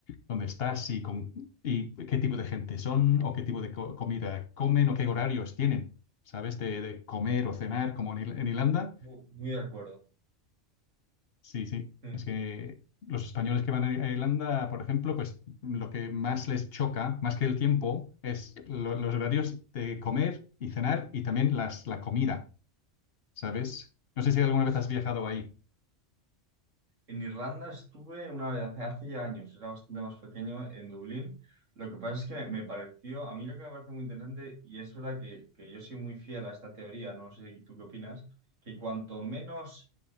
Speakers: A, on the left; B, on the right.
A: Dónde estás y, con, y qué tipo de gente son o qué tipo de co- comida comen o qué horarios tienen, ¿sabes? De, de comer o cenar, como en, Ir- en Irlanda.
B: muy, muy de acuerdo.
A: Sí, sí.
B: Mm,
A: Es que los españoles que van a a Irlanda, por ejemplo, pues lo que más les choca, más que el tiempo, es lo- los horarios de comer y cenar y también las, la comida, ¿sabes? No sé si alguna
B: sí.
A: vez has viajado ahí.
B: En Irlanda estuve una vez hace, hace ya años, era bastante más pequeño, en Dublín. Lo que pasa es que me pareció, a mí lo que me parece muy interesante, y es verdad que, que yo soy muy fiel a esta teoría, no sé tú qué opinas, que cuanto menos